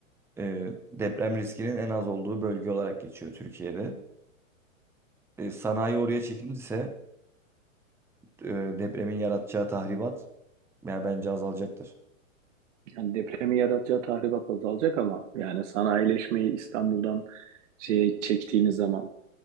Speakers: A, in the centre; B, on the right (about 60°).
A: e, deprem riskinin en az olduğu bölge olarak geçiyor Türkiye'de. E, sanayi oraya çekilirse e, depremin yaratacağı tahribat yani bence azalacaktır.
B: Yani depremi yaratacağı tahribat azalacak ama yani sanayileşmeyi İstanbul'dan şeye çektiğimiz zaman